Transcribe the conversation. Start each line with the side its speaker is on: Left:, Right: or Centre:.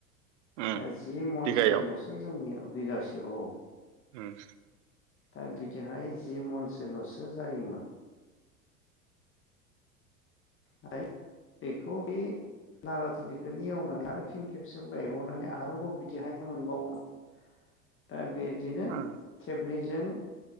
Right: उम
Left: दा जि मनसिमल'सो
Right: बिगायाव
Left: जोंनिया बिगासे औ।
Right: उम।
Left: दा बिदिहाय जि मनसोल'सो जायोमोन। <unintelligible> बेखौ बे नारा थिलिखौनो एवनानै आरो फिन खेबसेबाव गायबावनानै आरोबाव बिदिहायनो मोनबावोमोन। दा बिदिनो
Right: उम
Left: खेबनैजों